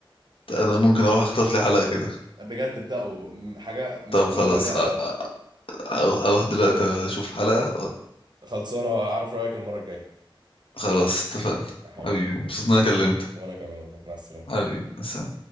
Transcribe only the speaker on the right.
بجد ابدأوا م- حاجه مش
هتندم
عليها
ابدا
خلصانه اعرف رايك المره الجايه
يا حبيبي
يلا،
مع
الس-
وانا كمان والله مع السلامه